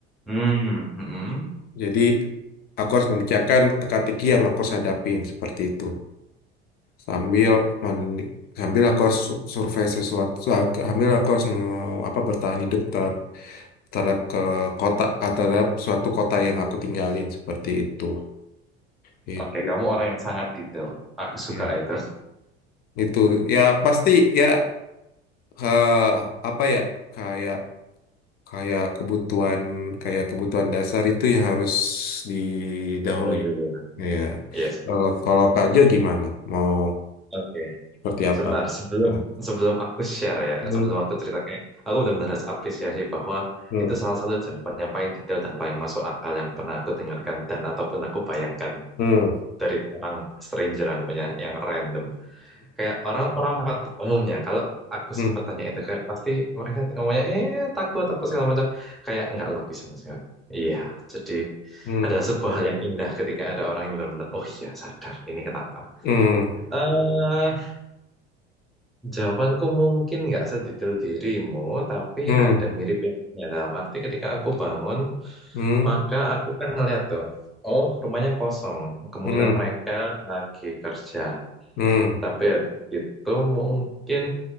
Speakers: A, in the centre; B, on the left (about 30°).
A: Hmm. hmm.
B: jadi aku harus memecahkan teka-teki yang aku harus hadapin seperti itu sambil men- sambil aku harus su- survei sesuatu sambil aku harus me- apa bertahan hidup dalam terhadap ke kota ah, terhadap suatu kota yang aku tinggalin seperti itu itu
A: Oke, kamu orang yang sangat detail. Aku suka
B: ya
A: itu.
B: itu ya pasti ya eh, apa ya kayak kayak kebutuhan kayak kebutuhan dasar itu ya harus didahului
A: Dipenuhi dulu.
B: ya
A: Yes.
B: kalau kalau Kak Jo gimana mau
A: Oke.
B: seperti apa
A: Sebentar, sebelum
B: nah
A: sebelum aku share ya,
B: hmm
A: sebelum aku ceritakan, aku benar-benar harus apresiasi bahwa
B: hmm
A: itu salah satu jawaban yang paling detail dan paling masuk akal yang pernah aku dengarkan dan ataupun aku bayangkan
B: hmm
A: dari orang stranger yang punya yang random. Kayak orang orang mat- umumnya kalau aku
B: hmm
A: sempat tanya itu kayak pasti mereka ngomongnya eh takut apa segala macam kayak nggak logis sama sekali. Iya, jadi
B: hmm
A: ada sebuah hal yang indah ketika ada orang yang benar-benar oh iya sadar ini kenapa.
B: hmm
A: Eh, jawabanku mungkin nggak sedetail dirimu, tapi
B: hmm
A: ada miripnya dalam arti ketika aku bangun
B: hmm
A: maka aku kan ngeliat tuh, oh rumahnya kosong, kemungkinan
B: hmm
A: mereka lagi kerja.
B: hmm
A: Tapi habis itu mungkin